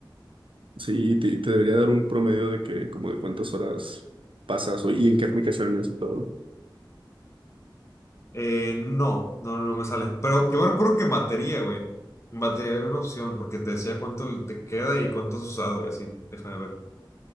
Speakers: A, on the right (about 85°); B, on the left (about 35°).
A: Sí, y te, y te debería dar un promedio de que como de cuántas horas pasas o- y en qué aplicaciones y todo.
B: Eh, no, no, no, no me sale. Pero yo me acuerdo que en batería, güey. En batería había una opción, porque te decía cuánto te queda y cuánto has usado y así. Déjame ver.